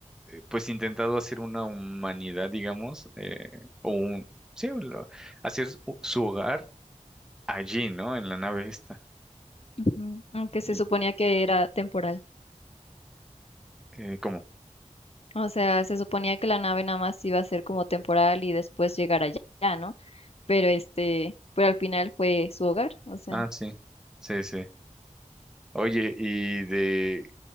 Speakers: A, in the centre; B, on the left.
A: pues intentado hacer una humanidad, digamos, eh, o un, sí, o lo- hacer u- su hogar allí, ¿no? En la nave esta.
B: Ujú, Aunque
A: ¿Y
B: se suponía que era temporal.
A: eh, cómo?
B: O sea, se suponía que la nave nada más iba a ser como temporal y después llegar allá, ¿no? Pero este, pero al final fue su hogar. O sea,
A: Ah, sí, sí, sí. Oye, y de,